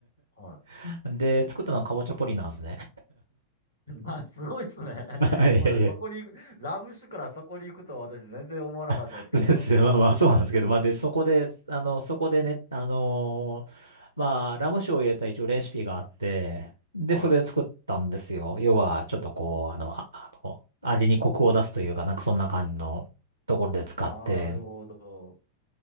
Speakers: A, on the left; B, on the right.
A: はい。
B: <laughs> で、作ったのはかぼちゃポリなんですね。
A: <laughs> まあ、すごいですね。<laughs>
B: <laughs> いやいや。
A: ごめんなさい。そこに行く、ラム酒からそこに行くとは私全然思わなかったですけど。
B: <laughs> ですね。まあまあ、そうなんですけど、まあ、で、そこで、あの、そこでね、あのーまあ、ラム酒を入れた一応レシピがあって、で、
A: はい。
B: それで作ったんですよ。要は、ちょっとこう、あの、あ、あの、味にコクを出すというか、なんかそんな感じのところで使って、
A: なるほど。